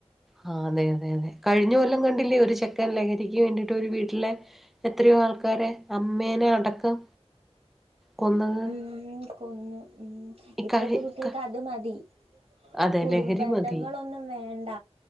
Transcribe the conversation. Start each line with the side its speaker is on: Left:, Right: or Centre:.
Centre: ആ അതെ അതെ കഴിഞ്ഞ കൊല്ലം കണ്ടില്ലേ ഒരു ചെക്കൻ ലഹരിക്ക് വേണ്ടിട്ട് ഒരു വീട്ടിലെ എത്രയോ ആൾക്കാരെ അമ്മേനെ അടക്കം കൊന്നത്
Right: ഉം കൊന്ന് ഉം
Centre: ഈ
Right: ഇപ്പത്തെ
Centre: കഴി
Right: കുട്ടിയാൾക്ക്
Centre: ക-
Right: അത് മതി
Centre: അതെ
Right: കുടു
Centre: ലഹരി
Right: ബന്ധങ്ങളൊന്നും
Centre: മതി
Right: വേണ്ട